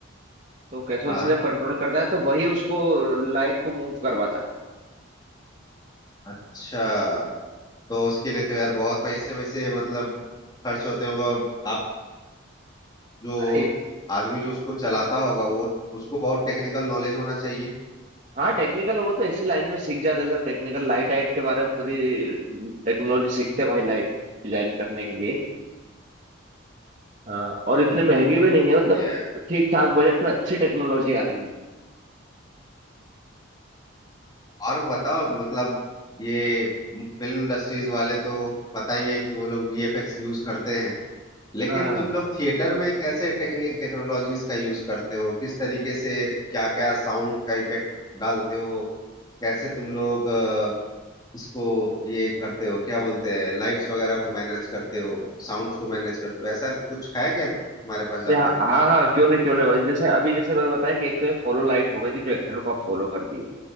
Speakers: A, on the right; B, on the left.
A: तो कैसोल
B: हाँ
A: से जब कंट्रोल करता है तो वही उसको लाइट को मूव करवाता है
B: अच्छा तो उसके लिए तो यार बहुत पैसे वैसे मतलब खर्च होते होंगे और आप जो
A: अरे
B: आदमी जो उसको चलाता होगा वो उसको बहुत टेक्निकल नॉलेज होना चाहिए
A: हाँ टेक्निकल वो तो इसी लाइन में सीख जाते हैं सर टेक्निकल लाइट हाइट के बारे में पूरी टेक्नोलॉजी सीखते हैं भाई लाइट डिजाइन करने के लिए हाँ और इतने महंगी भी नहीं है मतलब
B: बढ़िया है
A: ठीक ठाक बजट में अच्छी टेक्नोलॉजी आ रही है
B: और बताओ मतलब ये फिल्म इंडस्ट्रीज वाले तो पता ही है कि वो लोग वीएफएक्स यूज करते हैं लेकिन
A: हाँ
B: तुम लोग थिएटर में कैसे टेक्निक टेक्नोलॉजीज का यूज करते हो किस तरीके से क्या क्या साउंड का इफेक्ट डालते हो कैसे तुम लोग अ, इसको ये करते हो क्या बोलते हैं लाइट्स वगैरह को मैनेज करते हो साउंड्स को मैनेज करते हो ऐसा कुछ है क्या तुम्हारे पास जानकारी
A: ये हाँ हाँ हाँ, क्यों नहीं क्यों नहीं भाई जैसे अभी जैसे मैंने बताया कि एक तो ये फॉलो लाइट हो गई कि जो एक्टर को आप फॉलो करती है